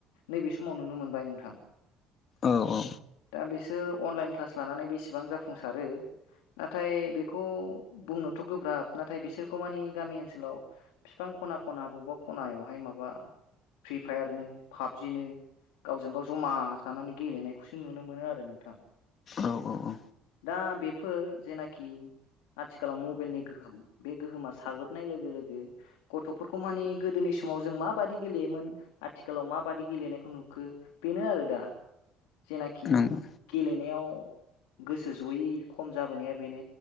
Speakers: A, on the left; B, on the left.
A: नैबे समाव नुनो मोनबाय नोंथां
B: औ औ
A: दा बिस बिसोर अनलाइन क्लास लानानै बेसेबां जाफुंसारो नाथाय बेखौ बुंनो थ' गोब्राब नाथाय बिसोरखौ मानिे गामि ओनसोलाव बिफां खना खना बबेबा खनायावहाय माबा फ्रि फायारनो पाबजिनो गावजों गाव जमा थानानै गेलेनायखौसो नुनो मोनो आरो नोंथां
B: औ औ औ
A: दा बेफोर जेनाखि आथिखालाव मबाइ गो बे गोहोमा साग्लोबनाय लोगो लोगो गथ'फोरखौ मानि गोदोनि समाव जों मा बादायदि गेलेयोमोन आथिखालाव माबादि गेलेनायखौ नुखो बेनो आरो दा जेनाखि
B: नंगौ
A: गेलेनायाव गोसो जयैनि खम जाबोनाया बेनो